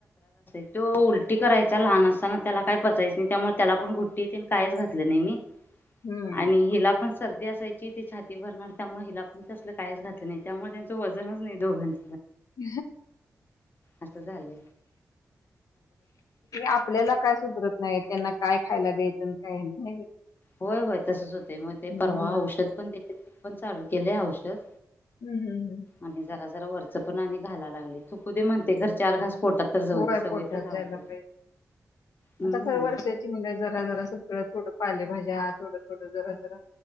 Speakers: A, on the left; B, on the left.
A: त्यो उलटी करायचा लहान असताना त्याला काय पचायचं नाही त्यामुळे त्याला पण घुट्टीतेन कायच घातलं नाय मी
B: हम्म
A: आणि हिला पण सर्दी असायची ती छाती भरणार त्यामुळ हिला पण तसलं काहीच घातलं नाही त्यामुळे त्यांचं वजनच नाही दोघांच
B: <inaudible>
A: असं झालंय
B: आपल्याला काय सुधरत नाही त्यांना काय खायला द्यायचं आणि काय नाय
A: होय होय तसच होतय म ते
B: हम्म.
A: परवा औषध पण दि पण चालू केले औषध
B: हम्म हम्म हम्म
A: आणि जरा जरा वरच पण आणि घाला लागलय थूकु दे म्हणते घर चार घास पोटात तर जाऊ
B: होय
A: दे सवय
B: पोटात
A: तर लागू
B: जायला
A: दे.
B: पाहिजे
A: हम्म.
B: आता खरं वर्षाची म काय जरा जरा काय थोडं पाले भाज्या थोडं थोडं जरा जरा